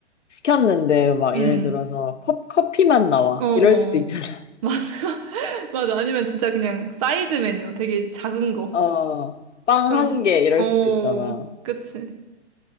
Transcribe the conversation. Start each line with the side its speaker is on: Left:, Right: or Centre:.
Left: 시켰는데, 막,
Right: 음.
Left: 예를 들어서, 컵, 커피만 나와.
Right: 어어.
Left: 이럴 수도 있잖아.
Right: 맞아. <laughs> 맞아. 아니면 진짜 그냥 사이드 메뉴 되게 작은
Left: <laughs>
Right: 거.
Left: 어, 빵
Right: 그럼,
Left: 한 개, 이럴
Right: 어,
Left: 수도 있잖아.
Right: 그치.